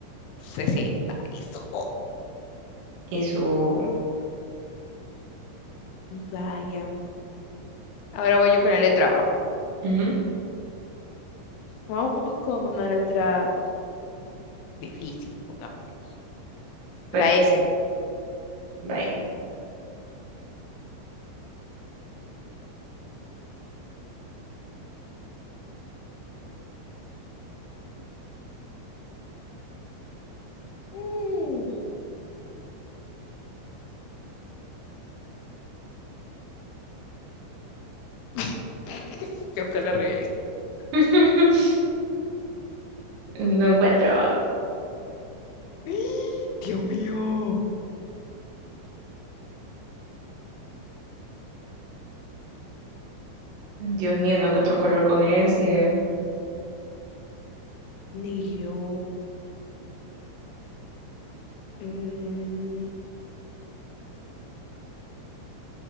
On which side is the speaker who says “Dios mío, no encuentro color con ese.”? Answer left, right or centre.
Right